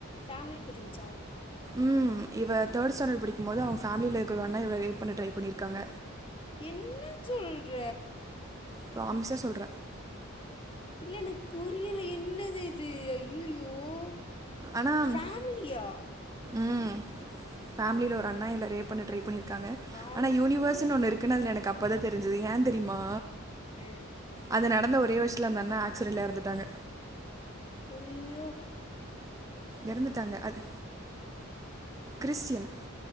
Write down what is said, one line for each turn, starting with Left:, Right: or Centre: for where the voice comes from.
Left: பேமிலி பிரிஞ்சா இவனால பை
Right: ம் இவ தேர்ட் ஸ்டாண்டர்ட் படிக்கும்போது அவ ஃபேிலில இருக்கிற ஒரு அண்ண இவள ரேப் பண்ணட்ரை பண்ணிருக்காங்க
Left: என்ன சொல்ற
Right: ப்ராமிஸாக சொல்ற
Left: இல்ல எனக்கு புரியல என்னது இது ஐயயோ தோ
Right: ஆனால்
Left: ஃபேமிலியா
Right: ம் ஃபேமிலியில ஒரு அண்ணா இவள ரேப் பண்ண ட்ரை பண்ணிரு க்காங்க
Left: வாய்ப்பே
Right: ஆனா யூனிவர்ஸ்னு
Left: இல்லை
Right: ஒன்னு இருக்குனு அதுல எனக்கு அப் இப்பதான் தெரிஞ்சது ஏன் தெரியுமா
Left: ஏ
Right: அது நடந்த ஒரே வருஷத்துல அந்த அண்ண ஆக்சிடெண்ட்ல இறந்துட்டாங்க
Left: ஐய்யோ
Right: எறந்துட்டாங்க அது கிறிஸ்டியன்